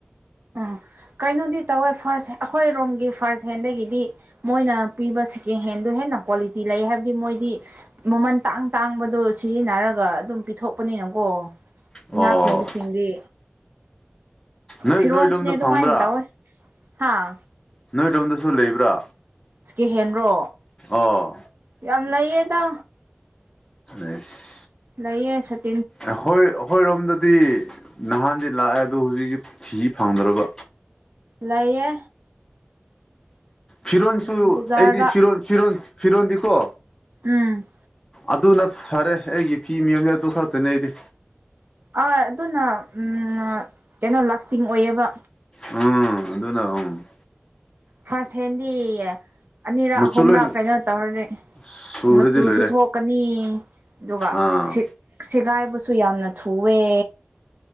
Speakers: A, on the right; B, on the left.
A: ꯑꯥ ꯀꯩꯅꯣꯗꯤ ꯇꯧꯋꯦ ꯐꯥꯔꯁ ꯍ ꯑꯩꯈꯣꯏ ꯔꯣꯝꯒꯤ ꯐꯥꯔ꯭ꯁ ꯍꯦꯟꯗꯒꯤꯗꯤ ꯃꯣꯏꯅ ꯄꯤꯕ ꯁꯦꯀꯦꯟ ꯍꯦꯟꯗ ꯍꯦꯟꯅ ꯀ꯭ꯋꯥꯂꯤꯇꯤ ꯂꯩ ꯍꯥꯏꯕꯗꯤ ꯃꯣꯏꯗꯤ ꯃꯃꯟ ꯇꯥꯡ ꯇꯥꯡꯕꯗꯣ ꯁꯤꯖꯤꯟꯅꯔꯒ ꯑꯗꯨꯝ ꯄꯤꯊꯣꯛꯄꯅꯤꯅꯀꯣ ꯑꯣ
B: ꯑꯣ
A: ꯏꯅꯥ ꯈꯨꯟꯕꯁꯤꯡꯗꯤ
B: ꯅꯣꯏ
A: ꯐꯤꯔꯣꯟꯜꯁꯨꯅꯦ
B: ꯅꯣꯏ ꯂꯣꯝꯗ
A: ꯑꯗꯨꯃꯥꯏꯅ
B: ꯐꯪꯕ꯭ꯔꯥ
A: ꯇꯧꯋꯦ ꯍꯥꯥ
B: ꯅꯣꯏꯔꯣꯝꯗꯁꯨ ꯂꯩꯕ꯭ꯔꯥ
A: ꯁꯦꯀꯦꯍꯦꯟꯔꯣ
B: ꯑꯣ
A: ꯌꯥꯝ ꯂꯩꯌꯦꯗ
B: ꯑꯁ
A: ꯂꯩꯌꯦ ꯁꯠ
B: ꯑꯩꯈꯣꯏ ꯑꯩꯈꯣꯏ ꯔꯣꯝꯗ ꯗꯤ ꯅꯍꯥꯟꯗꯤ ꯂꯥꯛꯑꯦ ꯑꯗꯨꯗꯣ ꯍꯧꯖꯤꯛꯇꯤ ꯊꯤ ꯐꯪꯗ꯭ꯔꯕ
A: ꯂꯩꯌꯦ
B: ꯐꯤꯔꯣꯟꯁꯨ
A: ꯎꯝ ꯕꯖꯥꯔꯗ
B: ꯑꯩꯗꯤ ꯐꯤꯔꯣꯟ ꯐꯤꯔꯣꯟ ꯐꯤꯔꯣꯟꯗꯤꯀꯣ
A: ꯎꯝ
B: ꯑꯗꯨꯅ ꯐꯔꯦ ꯑꯩꯒꯤ ꯐꯤ ꯃꯌꯣꯝꯁꯦ ꯑꯗꯨ ꯈꯛꯇꯅꯦ ꯑꯩꯗꯤ
A: ꯑꯥ ꯑꯗꯨꯅ ꯎꯝ ꯀꯩꯅꯣ ꯂꯥꯁꯇꯤꯡ ꯑꯣꯏꯌꯦꯕ
B: ꯎꯝ ꯑꯗꯨꯅ ꯎꯝ
A: ꯐꯥꯔꯁ ꯍꯦꯟꯗꯤ ꯑꯅꯤꯔꯛ
B: ꯃꯆꯨ
A: ꯑꯍꯨꯝꯔꯛ
B: ꯂꯣꯏ
A: ꯀꯩꯅꯣ ꯇꯧꯔꯅꯤ
B: ꯁꯨꯔꯗꯤ
A: ꯃꯆꯨꯁꯨ
B: ꯂꯣꯏꯔꯦ
A: ꯊꯣꯛꯀꯅꯤ ꯑꯗꯨꯒ
B: ꯑꯥ
A: ꯁꯦꯒꯥꯏꯕꯁꯨ ꯁꯨ ꯌꯥꯝꯅ ꯊꯨꯑꯦ